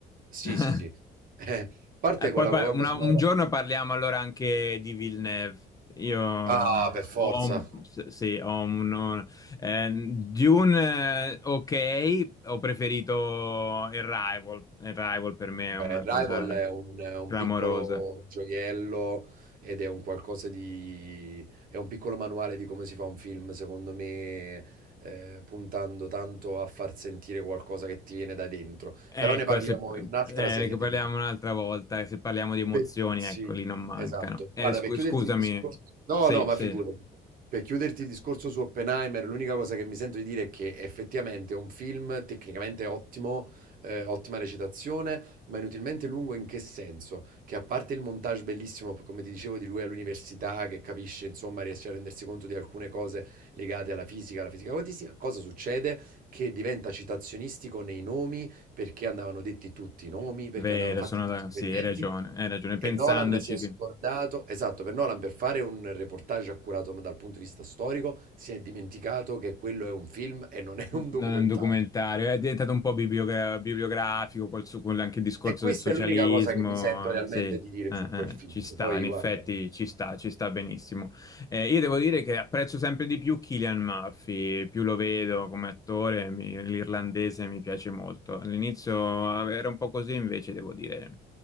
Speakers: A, on the right; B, on the left.
A: Sì,
B: <laughs>
A: sì, sì. <laughs> Eh, parte
B: E
A: con
B: poi
A: la
B: pa-
A: colonna
B: una-
A: sonora.
B: un giorno parliamo allora anche di Villeneuve. Io ho,
A: Ah, per forza.
B: un- s- sì, ho un, eh, Dune, eh, ok, ho preferito il Rival. Il Rival per me
A: Beh,
B: è una
A: Rival
B: cosa
A: è un, è un
B: clamorosa.
A: piccolo gioiello ed è un qualcosa di... è un piccolo manuale di come si fa un film, secondo me, eh, puntando tanto a far sentire qualcosa che ti viene da dentro.
B: Ecco,
A: Però ne parliamo
B: se
A: in un'altra
B: eh,
A: sede.
B: ne parliamo un'altra volta, e se parliamo di emozioni,
A: Pe sì,
B: ecco, lì non mancano.
A: esatto.
B: Eh,
A: Guarda,
B: scu-
A: per chiuderti
B: scusami,
A: il discorso no,
B: sì,
A: no, ma
B: sì,
A: figurati. Per chiuderti il discorso su Oppenheimer, l'unica cosa che mi sento di dire è che effettivamente è un film tecnicamente ottimo, ehm, ottima recitazione, ma inutilmente lungo in che senso? Che a parte il montage bellissimo, p come ti dicevo, di lui all'università che capisce, insomma, riesce a rendersi conto di alcune cose legate alla fisica, alla fisica quantistica, cosa succede? Che diventa citazionistico nei nomi perché andavano detti tutti i nomi, perché
B: vero,
A: andavano fatti
B: sono,
A: tutti
B: da-
A: i riferimenti.
B: sì, hai ragione, hai ragione,
A: E
B: pensandoci
A: Nolan si è scordato,
B: che...
A: esatto, per Nolan per fare un reportage accurato dal punto di vista storico, si è dimenticato che quello è un film e non è
B: Non
A: un documentario.
B: è un documentario, è diventato un po' bibliogra- bibliografico col suo- con anche il discorso
A: E questa
B: del socialismo.
A: è l'unica cosa che mi sento realmente
B: Sì, eh,
A: di dire
B: eh,
A: su quel film.
B: ci sta,
A: Poi
B: in
A: guarda,
B: effetti
A: sì,
B: ci sta, ci sta benissimo. Eh, io devo dire che apprezzo sempre di più Cillian Murphy, più lo vedo come attore, mi- l'irlandese mi piace molto. All'inizio era un po' così, invece devo dire,